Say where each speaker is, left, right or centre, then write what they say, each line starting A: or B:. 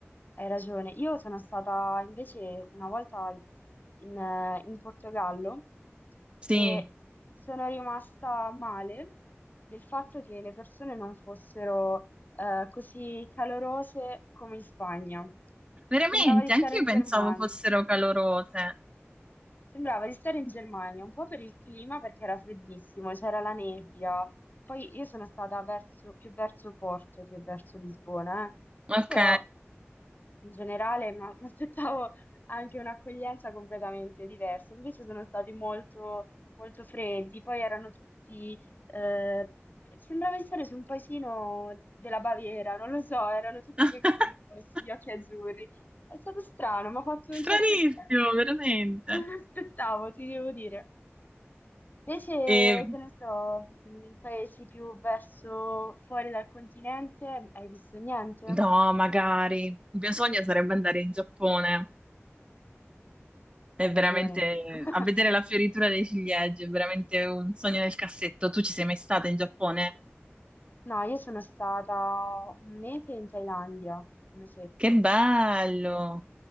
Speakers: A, on the left; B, on the right.
A: hai ragione. Io sono stata invece una volta in, eh, in Portogallo
B: Sì,
A: e sono rimasta male del fatto che le persone non fossero eh, così calorose come in Spagna.
B: veramente,
A: Sembrava di stare
B: anche io
A: in
B: pensavo
A: Germania.
B: fossero calorose.
A: Sembrava di stare in Germania, un po' per il clima perché era freddissimo, c'era la nebbia. Poi io sono stata verso- più verso Porto che verso Lisbona, eh.
B: Ok.
A: Però in generale ma- <laughs> mi aspettavo anche un'accoglienza completamente diversa. Invece sono stati molto, molto freddi, poi erano tutti... eh, sembrava di stare su un paesino della Baviera, non lo so, erano tutti
B: <laughs>
A: coi capelli rossi, gli occhi azzurri. È stato strano, mi ha fatto
B: Stranissimo,
A: un certo effetto, non
B: veramente.
A: non me l'aspettavo, <laughs> ti devo dire. Invece,
B: E
A: che ne so, mh, paesi più verso fuori dal continente, hai visto niente?
B: no, magari. Il mio sogno sarebbe andare in Giappone. È
A: Hai ragione,
B: veramente
A: sì. <laughs>
B: a vedere la fioritura dei ciliegi, è veramente un sogno nel cassetto. Tu ci sei mai stata in Giappone?
A: No, io sono stata un mese in Thailandia, un mesetto.
B: Che bello!